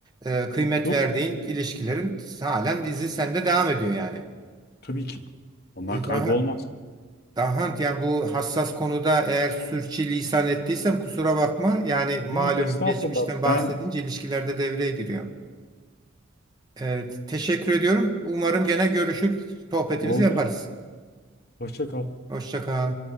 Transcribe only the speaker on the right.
e, kıymet
verdiğin ilişkilerin halen dizi sende devam ediyor yani.
E,
daha daha yani bu hassas konuda eğer sürçülisan ettiysem kusura bakma yani malum
geçmişten bahsedince
ilişkilerde devreye giriyor. Evet, teşekkür ediyorum. Umarım gene görüşür, sohbetimizi
yaparız.
Hoşça kal.